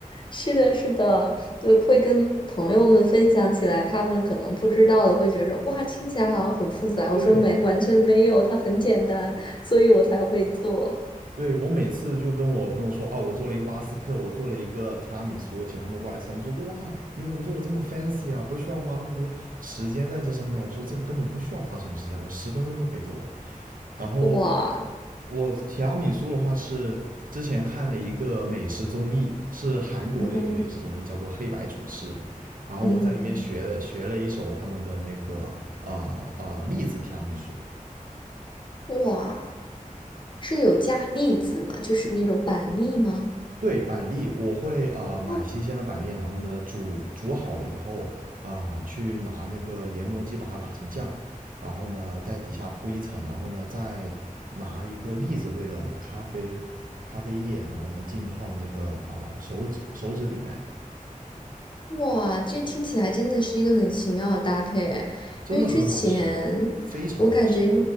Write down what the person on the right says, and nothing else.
对，
对，我每次就跟我朋友说，哦，我做了一个巴斯克，我做了一个提拉米苏，请他们过来吃。他们说，哇，你怎么做的这么 fancy 啊？不需要花那么多时间在这上面。我说，这个根本不需要花什么时间，我十分钟就可以做完。然后
我提拉米苏的话是之前看了一个美食综艺，是韩国的一个美食综艺，
叫做《黑白厨师》。然后我在里面学学了一手他们的那个呃呃栗子提拉米苏，
对，板栗我会啊、呃买新鲜的板栗，
然后呢煮煮好了以后啊、去拿那个研磨机把它打成酱，然后呢在底下铺一层，然后呢再拿一个栗子味的咖啡咖啡液，然后呢浸泡那个啊、手指手指饼干，
真的很好吃，非常好吃。